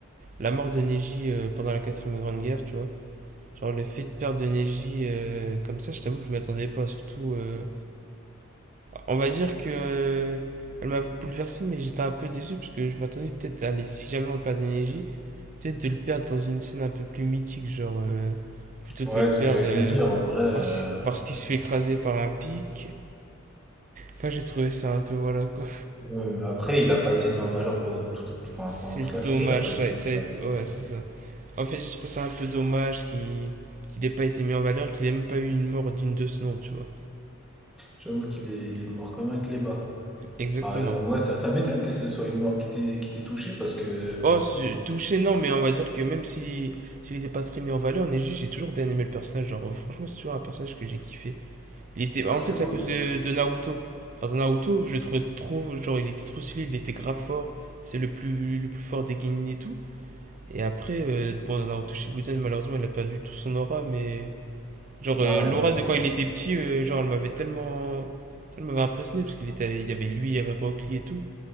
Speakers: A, on the right; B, in the centre.
A: la mort de Neji euh, pendant la quatrième grande guerre, tu vois. Genre le fait de perdre de Neji euh, comme ça, je t'avoue que je m'y attendais pas, surtout euh, On va dire que euh, elle m'a bouleversé, mais j'étais un peu déçu parce que je m'attendais peut-être à aller, si jamais on perd d'énergie, peut-être de le perdre dans une scène un peu plus mythique, genre euh, plutôt
B: Ouais,
A: que le
B: c'est
A: perdre
B: ce que j'allais
A: euh,
B: te dire, en vrai. euh,
A: parce, parce qu'il se fait écraser par un pic. Enfin, j'ai trouvé ça un peu voilà quoi.
B: ouais, après, il n'a pas été mis en valeur pendant, tout- pendant-
A: C'est
B: pendant toute la série,
A: dommage,
B: il n'a pas été
A: ça,
B: mis
A: ça a
B: en
A: été.
B: valeur. ouais.
A: Ouais, c'est ça. En fait, j'ai trouvé ça un peu dommage qu'il qu'il ait pas été mis en valeur, qu'il ait même pas eu une mort digne de ce nom, tu vois.
B: J'avoue qu'il est, il est mort comme un clébard.
A: Exactement.
B: Ah, euh, ouais, ça, ça m'étonne que ce soit une mort qui t'ait qui t'ait touché parce que.
A: Oh, c'est- touché, non, mais on va dire que même si s'il n'était pas très mis en valeur, Neji, j'ai toujours bien aimé le personnage. Genre, euh, franchement, c'est toujours un personnage que j'ai kiffé. Il était,
B: Parce
A: en fait,
B: que.
A: c'est
B: oh,
A: à cause de, de Naruto. Enfin, dans Naruto, je le trouvais trop, genre, il était trop stylé, il était grave fort. C'est le plus, le plus fort des Genin et tout. Et après, euh, bon, dans Naruto Shippuden, malheureusement, il a perdu tout son aura, mais genre euh,
B: Ah,
A: l'aura
B: ouais, c'est-
A: de quand il était petit, euh, genre elle m'avait tellement, elle m'avait impressionné parce qu'il était, il y avait lui, il y avait Rock Lee et tout.